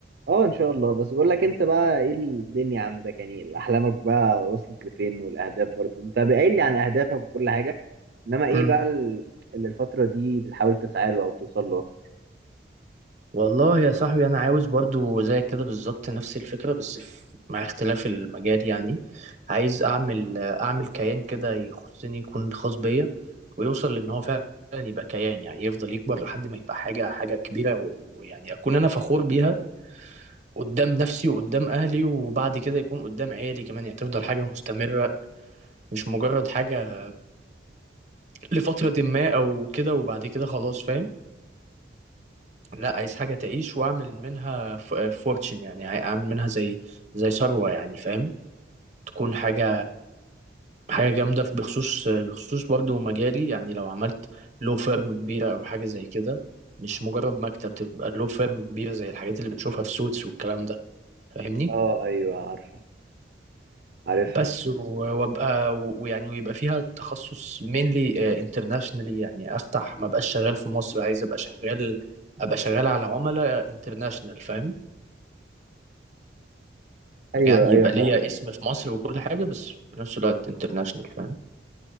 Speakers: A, on the right (about 60°); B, on the right (about 40°).
A: اه ان شاء الله بس بقول لك انت بقى ايه الدنيا عندك يعني احلامك بقى وصلت لفين والاهداف برضو انت قايل لي عن اهدافك وكل حاجه انما ايه
B: مم.
A: بقى ال- اللي الفتره دي بتحاول تسعى له او توصل له اكتر
B: والله يا صاحبي انا عاوز برضو زي كده بالظبط نفس الفكره بس في مع اختلاف المجال يعني عايز اعمل اعمل كيان كده يخصني يكون خاص بيا ويوصل لان هو فعلا يبقى كيان يعني يفضل يكبر لحد ما يبقى حاجه حاجه كبيره و- ويعني اكون انا فخور بيها قدام نفسي وقدام اهلي وبعد كده يكون قدام عيالي كمان يعني تفضل حاجه مستمره مش مجرد حاجه لفتره ما او كده وبعد كده خلاص فاهم لا عايز حاجة تعيش واعمل منها فورتشن يعني عاي- اعمل منها زي زي ثروة يعني فاهم تكون حاجة حاجة جامدة في- بخصوص بخصوص برضو مجالي يعني لو عملت لو فيرم كبيرة او حاجة زي كده مش مجرد مكتب تبقى لو فيرم كبيرة زي الحاجات اللي بنشوفها في سوتس والكلام ده فاهمني
A: اه ايوه عارفه عارفها
B: بس و- وابقى ويعني ويبقى فيها تخصص mainly انترناشونالي يعني افتح ما بقاش شغال في مصر عايز ابقى شغال ابقى شغال على عملاء انترناشونال فاهم
A: ايوه
B: يعني
A: ايوه
B: يبقى
A: فاهمه
B: ليا اسم في مصر وكل حاجة بس في نفس الوقت انترناشونال فاهم